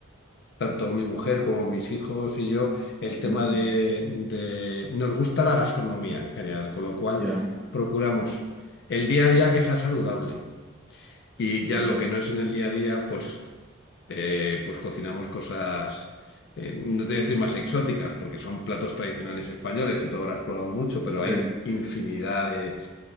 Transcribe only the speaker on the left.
tanto mi mujer como mis hijos y yo, el tema
de, de- Nos gusta la gastronomía en general, con lo cual
procuramos el día a día que sea saludable y ya
lo que no es en el día a día, pues, eh, pues cocinamos cosas, eh, no te voy a decir más exóticas, porque son platos tradicionales españoles que tú habrás probado mucho, pero
hay infinidad de...